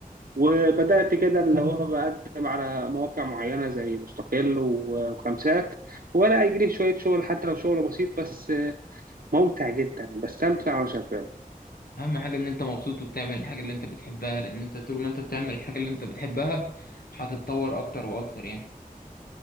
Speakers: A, on the right; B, on the left.
A: وبدأت كده اللي هو بقدم على مواقع معينة زي مستقل و- وخمسات ولا يجري شوية شغل حتى لو شغل بسيط بس آه، ممتع جدا بستمتع وأنا شغال
B: اهم حاجه ان انت مبسوط وبتعمل الحاجه اللي انت بتحبها لان انت طول ما انت بتعمل الحاجه اللي انت بتحبها هتتطور اكتر واكتر يعني